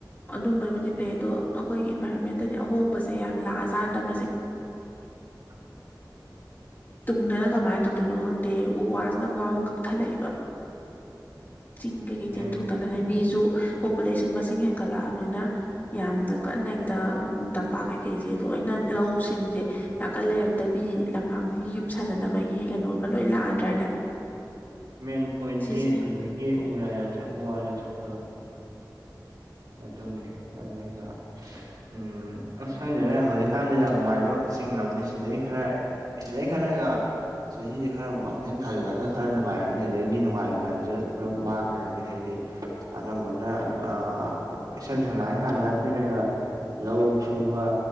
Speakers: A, on the left; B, on the right.
A: ꯑꯗꯨꯝꯕꯩꯕꯨꯗꯤ ꯐꯩ ꯑꯗꯣ ꯑꯩꯈꯣꯏꯒꯤ ꯏꯟꯚꯥꯏꯔꯣꯟꯃꯦꯟꯇꯗꯤ ꯑꯍꯣꯡꯕꯖꯦ ꯌꯥꯝ ꯂꯥꯛꯑ ꯆꯥꯟꯗ ꯃꯁꯦ
B: <inaudible>
A: ꯇꯨꯡꯗꯅ ꯀꯃꯥꯏꯅ ꯇꯧꯗꯣꯏꯅꯣ ꯈꯪꯗꯦ ꯎ ꯋꯥꯖꯤꯅ ꯃꯔꯣꯡ ꯀꯛꯊꯠꯂꯛꯏꯕ ꯆꯤꯡ ꯀꯩꯀꯩ
B: ꯃꯦꯟ
A: ꯇꯦꯝꯊꯣꯛꯇꯅ ꯂꯩ ꯃꯤꯖꯨ ꯄꯣꯄꯨꯂꯦꯁꯟ ꯃꯁꯤꯡ ꯍꯦꯟꯀꯠꯂꯛꯑꯕꯅꯤꯅ ꯌꯥꯝꯅ ꯀꯟꯅ ꯍꯦꯛꯇ ꯎꯝ ꯇꯝꯄꯥꯛ ꯀꯩꯀꯩꯖꯦ ꯂꯣꯏꯅ ꯂꯧꯁꯤꯡꯖꯦ ꯌꯥꯡꯀꯟ ꯂꯩꯔꯛꯇꯕꯤ ꯂꯝꯍꯥꯡꯅꯤ ꯌꯨꯝ ꯁꯥꯖꯟꯅꯕꯒꯤ ꯀꯩꯅꯣꯃ ꯂꯣꯏ ꯂꯥꯛꯑꯗ꯭ꯔꯅꯦ
B: ꯃꯦꯟ ꯄꯣꯏꯟꯗꯤ
A: ꯁꯤꯁꯦ
B: ꯍꯧꯖꯤꯛꯀꯤ ꯎ ꯌꯥ ꯌꯥꯟꯊꯠ ꯎ ꯋꯥ ꯌꯥꯟꯊꯠꯄꯗꯣ ꯑꯗꯨꯅꯦ ꯑꯗꯨꯒ ꯎꯝ ꯑꯁ ꯈꯪꯗꯦꯗ ꯍꯧꯖꯤꯛꯀꯥꯟꯗꯤ ꯌꯥꯝ ꯅꯨꯡꯉꯥꯏꯕ ꯆꯤꯡꯉꯝꯅꯤ ꯁꯤꯗꯩ ꯈꯔ ꯁꯤꯗꯩꯩ ꯈꯔꯒ ꯆꯍꯤꯖꯦ ꯈꯔ ꯃꯥꯡꯖꯤꯟ ꯊꯥꯖꯤꯜꯂꯒ ꯈꯔ ꯅꯨꯡꯉꯥꯏꯔꯝꯅꯤ ꯑꯗꯩꯗꯤ ꯅꯨꯡꯉꯥꯏꯕ ꯍꯥꯏꯖꯤꯗ ꯄꯨꯂꯞ ꯃꯥꯡꯒ꯭ꯔꯅꯤ ꯍꯥꯏꯗꯤ ꯑꯅꯝꯕꯅ ꯑꯥ ꯏꯁꯝ ꯁꯦꯡꯅ ꯍꯥꯏ ꯀꯥꯟꯗ ꯑꯩꯈꯣꯏꯅꯒ ꯂꯧ ꯁꯨꯕ